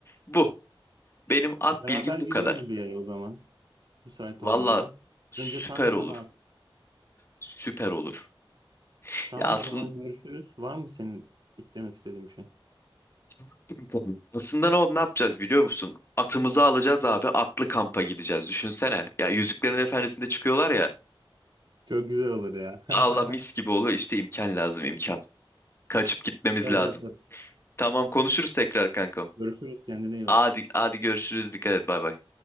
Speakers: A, on the left; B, on the right.
A: bu. Benim at
B: Beraber
A: bilgim
B: gideriz
A: bu kadar.
B: bir yere o zaman. Müsait
A: Valla
B: olduğunda.
A: süper
B: Önce kamp sonra
A: olur
B: at.
A: süper olur.
B: Tamam
A: Ya aslında
B: o zaman görüşürüz. Var mı senin demek istediğin bir şey?
A: <laughs> Tamam. Aslında ne, ne yapacağız biliyor musun? Atımızı alacağız abi. Atlı kampa gideceğiz. Düşünsene. Ya Yüzüklerin Efendisi'nde çıkıyorlar ya.
B: Çok güzel olur ya. <laughs>
A: Allah mis gibi olur. İşte imkan lazım imkan. Kaçıp gitmemiz
B: İnşallah
A: lazım.
B: yaparız.
A: Tamam konuşuruz tekrar kankam.
B: Görüşürüz kendine iyi
A: Hadi,
B: bak.
A: hadi görüşürüz. Dikkat et. Bay bay.